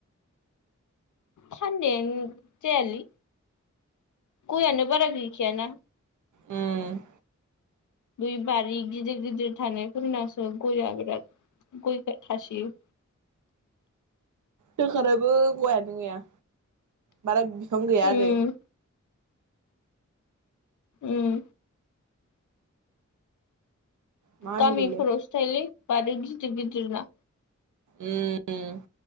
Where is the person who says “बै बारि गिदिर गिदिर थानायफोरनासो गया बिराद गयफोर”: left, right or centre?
Left